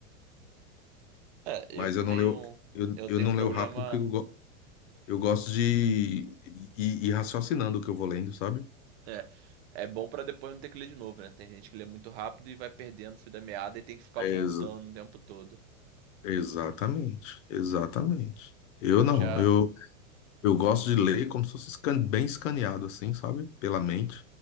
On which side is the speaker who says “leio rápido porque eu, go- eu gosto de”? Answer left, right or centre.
Left